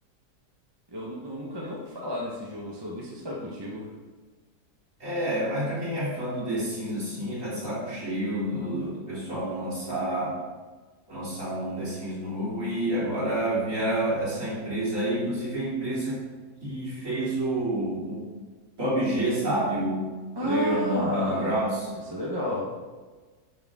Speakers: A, on the right; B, on the right.
A: eu, nu- eu nunca nem ouvi falar nesse jogo, sendo bem sincero contigo.
B: É, mas pra quem é fã do The Sims, assim, tá de saco cheio do, do pessoal não lançar... lançar um The Sims novo e agora vieram essa empresa aí, inclusive a empresa que fez o, o PUBG, sabe? O
A: Ah,
B: PlayerUnknown's Battlegrounds.
A: isso é legal.